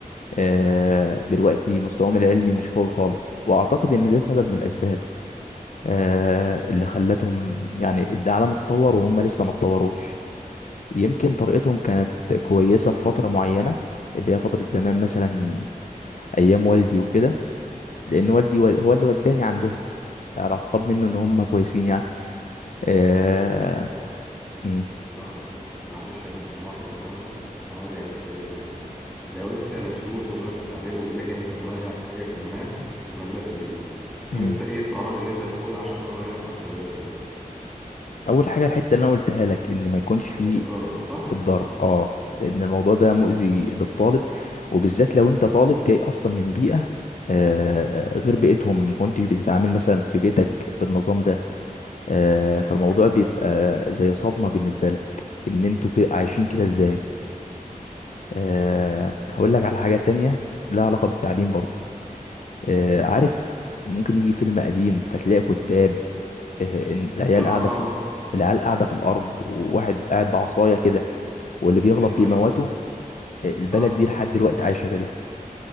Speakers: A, on the left; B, in the centre.
A: آه، دلوقتي مستواهم العلمي مش قوي خالص واعتقد ان ده سبب من الاسباب آه، اللي خلتهم يعني العالم اتطور وهم لسه ما اتطوروش يمكن طريقتهم
B: عندك
A: كانت كويسة في فترة معينة اللي هي فترة زمان مثلا أيام والدي وكده لأن والدي و- هو اللي وداني عندهم على اعتقاد منه إن هم كويسين يعني آه...
B: طب بص بص
A: مم.
B: لو انا معلش يعني بدون قطع كلامك وهنرجع للحته دي تاني لو انت مسؤول في وزاره التعليم وبايدك ان انت تغير حاجه ما في المدرسه دي
A: مم.
B: انت ايه القرارات اللي انت هتاخدها عشان تغيرها في المدرسه دي
A: أول حاجة الحتة اللي أنا قلتها لك إن ما يكونش فيه
B: الضرب صح
A: الضرب اه لأن الموضوع ده
B: تمام
A: مؤذي للطالب وبالذات لو أنت طالب جاي أصلا من بيئة آه غير بيئتهم ما كنتش بتتعامل مثلا في بيتك بالنظام ده آه، فالموضوع
B: عندك حق
A: بيبقى زي صدمة بالنسبة لك ان انتوا كده عايشين كده ازاي أه هقول لك على
B: اه
A: حاجة تانية لها علاقة بالتعليم
B: مم.
A: برضه أه عارف ممكن يجي فيلم قديم فتلاقي كتاب أه إن العيال
B: اه
A: قاعدة في
B: آه.
A: العيال قاعدة في الأرض وواحد قاعد بعصاية كده واللي بيغلط
B: ايوه
A: بيموته
B: ايوه
A: آه، البلد
B: اه
A: دي لحد دلوقتي عايشة كده